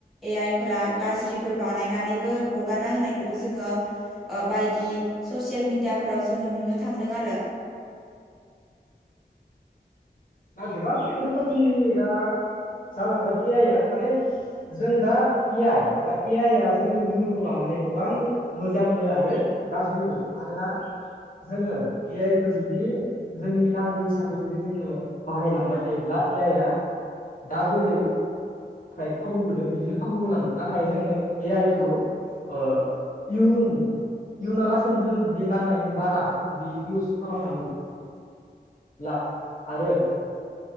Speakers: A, in the centre; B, on the left.
A: ए आइ फोरा गाज्रिफोर बानायनानैबो हगारना होनायखौबो जोङो ओ बायदि ससियेल मिडियाफोराव जोङो नुनो थांदों आरो
B: दा गोबां रोखोमनि दा जालांबाय ए आइ आ माने जों दा ए आइ दा ए आइ आ जोंनि इयुनखौ लानानै गोबां मोजांबो आरो गाज्रिबो मानोना जोङो ए आइ खो जुदि जोंनि नांगो हिसाबै जुदि जोङो बाहायलांबाय थायोब्ला ए आइआ दा जेरै खाबु होदों बिदिनो खाबु होलांगोन नाथाय जोङो ए आइ खौ आ इउन इयुनलासिम जों जुदि नांनायनि बारा जुदि इउस खालामलाङो ला आरो